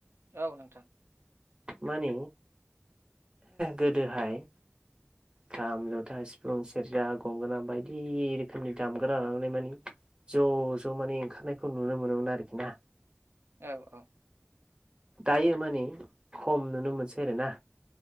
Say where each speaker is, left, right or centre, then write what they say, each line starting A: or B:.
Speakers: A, on the right; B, on the right.
A: औ नोंथां।
B: माने गोदोहाय खाम, जथा, सिफुं, सेरजा, गंगोना बायदि रोखोमनि दामगोना लानानै माने ज ज माने ओंखारनायखौ नुनो मोनोमोन आरोखि ना।
A: औ औ।
B: दायो माने खम नुनो मोनसै आरोना।